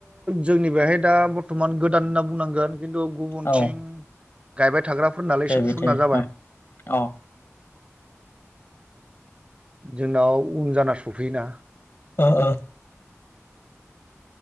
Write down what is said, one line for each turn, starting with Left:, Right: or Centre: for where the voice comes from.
Right: जोंनि बेहाय दा बर्थमान गोदान होनना बुंनांगोन। खिन्थु गुबुनथिं
Left: औ
Right: गायबाय थाग्राफोरनाालाय
Left: जाहैबाय
Right: एसे फुरना
Left: थायो
Right: जाबाय।
Left: अ
Right: जोंनाव उन जाना सफैयोना।
Left: ओ ओ